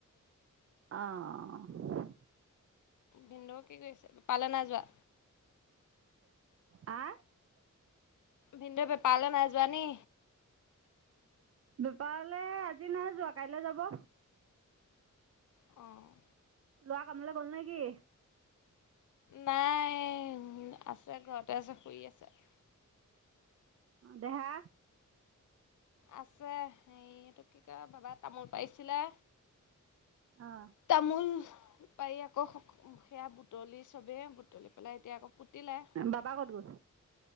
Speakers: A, on the right; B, on the left.
A: আঅ।
B: ভিন্দ কি কৰিছে? পালে নাই যোৱা?
A: আ?
B: ভিন্দ বেপাঅলে নাই যোৱা নি?
A: বেপাৰলৈ আজি নাই যোৱা, কাইলৈ যাব।
B: অ'।
A: ল'ৰা কামলৈ গ'ল নে কি?
B: নাই, আছে ঘৰতে আছে, শুই আছে।
A: দেহা?
B: আছে। হেৰি এটো কি কয়, বাবা তামোল পাৰিছিলে।
A: আঅ।
B: তামোল পাৰি আকৌ, সেয়া বুটলি চবে, বুট টলি পেলাই এতিয়া আকৌ পুতিলে।
A: বাবা ক'ত গ'ল?